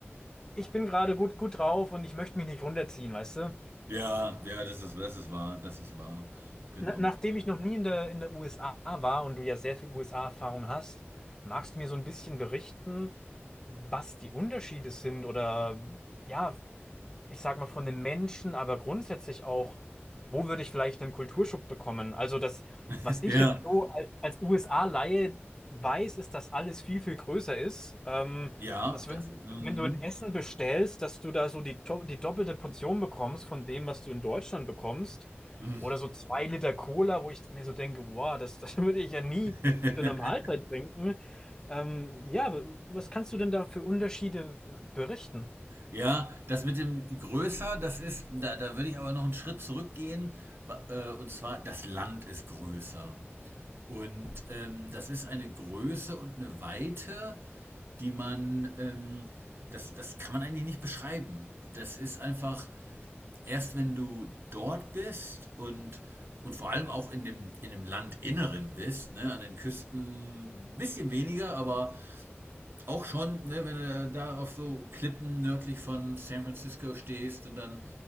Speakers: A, on the left; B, on the right.
A: ich bin gerade gut, gut drauf und ich möchte mich nicht runterziehen, weißt du?
B: ja, ja, das ist, das ist wahr, das ist wahr, genau.
A: Na, nachdem ich noch nie in der, in der USA war und du ja sehr viel USA-Erfahrung hast, magst du mir so ein bisschen berichten, was die Unterschiede sind oder ja, ich sag mal von den Menschen, aber grundsätzlich auch wo würde ich vielleicht einen Kulturschock bekommen? Also das,
B: <laughs>
A: was ich
B: Ja,
A: jetzt so als, als USA-Laie weiß, ist, dass alles viel, viel größer ist. Ähm,
B: ja,
A: dass wenn,
B: das, mm,
A: wenn du ein Essen bestellst, dass du da so die, to- die doppelte Portion bekommst von dem, was du in Deutschland bekommst.
B: mm.
A: Oder so zwei Liter Cola, wo ich mir so denke, wow, das, das <laughs> würde ich ja nie
B: <laughs>
A: zu einer Mahlzeit trinken. Ähm, ja, was kannst du denn da für Unterschiede berichten?
B: Ja, das mit dem größer, das ist, da, da würde ich aber noch einen Schritt zurückgehen, wa- äh, und zwar, das Land ist größer. Und ähm, das ist eine Größe und eine Weite, die man, ähm, das, das kann man eigentlich nicht beschreiben. Das ist einfach, erst wenn du dort bist und, und vor allem auch in dem, in dem Landinneren bist, ne, an den Küsten ein bisschen weniger, aber auch schon, ne, wenn du da auf so Klippen nördlich von San Francisco stehst und dann